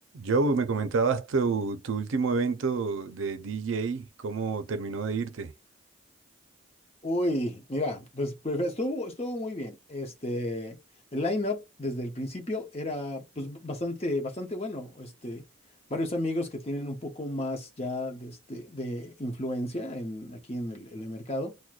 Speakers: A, on the right; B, on the left.
A: Joe, me comentabas tu, tu último evento de DJ, ¿cómo terminó de irte?
B: Uy, mira, pues, pues, estuvo, estuvo muy bien. Este, el line-up desde el principio era pues bastante, bastante bueno. Este, varios amigos que tienen un poco más ya de, este, de influencia en, aquí en el, en el mercado